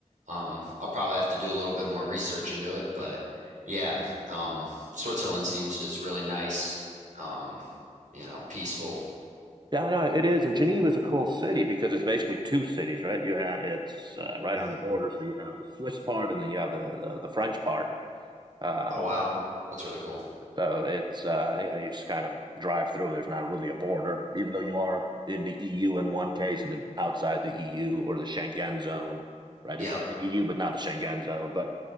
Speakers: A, on the right; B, on the right.
A: Um, I'll probably have to do a little bit more research into it, but yeah, um, Switzerland seems just really nice. Um, you know, peaceful.
B: Yeah, no, it is. And Geneva is a cool city because it's basically two cities, right? You have it's uh, right
A: Mhm.
B: on the border, so you have the Swiss part and then you have the the, the French part. Um,
A: Oh wow, that's really cool.
B: So it's uh, you know you just kind of drive through. There's not really a border, even though you are in the EU in one case and then outside the EU or the Schengen zone, right?
A: Yep.
B: It's the EU but not the Schengen zone. But